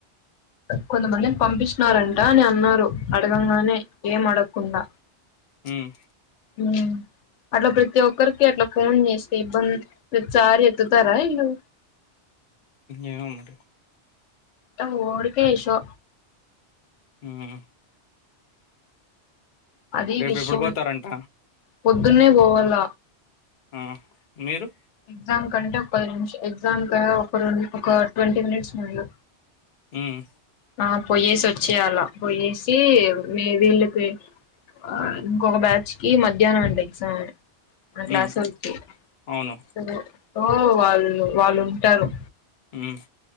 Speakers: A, on the left; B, on the left.
A: కొంతమందిని పంపిచిన్నారంట అని అన్నారు. అడగంగానే ఏం అడక్ కున్నా
B: ఉహ్
A: ఉహ్మ్ అట్లా ప్రతి ఒక్కరికి అట్లా ఫోన్ చేస్తే ఇబ్బంద్. ప్రతిసారి ఎత్తుతారా ఈల్లు
B: ఏమో మరి
A: తం వొడికే షో
B: ఉహ్మ్
A: అది
B: రేపు
A: విషయం
B: ఎప్పుడు పోతారంట
A: పొద్దున్నే పోవాల్ల
B: ఆహ్ మీరు
A: ఎగ్జామ్ కంటే ఒక పది నిమిషా అ ఎగ్జామ్ ఒక రెం ఒక ట్వంటీ మినిట్స్ ముందు.
B: ఉహ్
A: ఆ పోయేసి వచ్చేయాల పోయేసి. వీళ్ళకి ఆ ఇంకొక బ్యాచ్ కి మధ్యాన్నాం అంట ఎగ్జామ్. ఇప్పుడ
B: హ్మ్
A: క్లాసొల్కి
B: అవును
A: ఆహ్ ఓ వాళ్ వాళ్ళు ఉంటారు.
B: ఉమ్